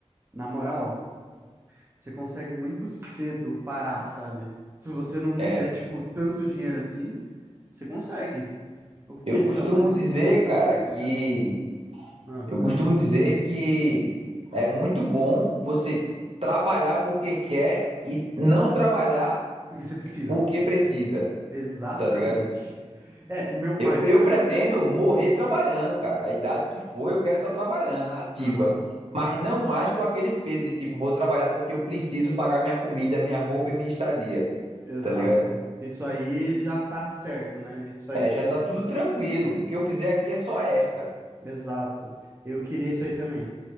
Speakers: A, on the right; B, on the right.
A: Na moral, Você consegue muito cedo parar, sabe? Se você não quiser,
B: É.
A: tipo, tanto dinheiro assim, você consegue. A
B: Eu
A: questão
B: costumo
A: é
B: dizer,
A: sofrer
B: cara,
A: um pouquinho,
B: que.
A: cara. Ah,
B: Eu costumo dizer que é muito bom você trabalhar porque quer e não trabalhar
A: porque você precisa.
B: porque precisa,
A: Exatamente.
B: tá ligado?
A: É, meu pai
B: Eu,
A: foi
B: eu
A: uma
B: pretendo
A: coisa dessa.
B: morrer trabalhando, cara. A idade que for, eu quero estar trabalhando, na ativa.
A: Aham,
B: Mas não mais com aquele peso de tipo, vou trabalhar porque eu preciso pagar minha comida, minha roupa e minha estadia,
A: exato.
B: tá ligado?
A: Isso aí já tá certo, né? Isso aí
B: É,
A: seria.
B: já tá tudo tranquilo. O que eu fizer aqui é só extra.
A: Exato. Eu queria isso aí também.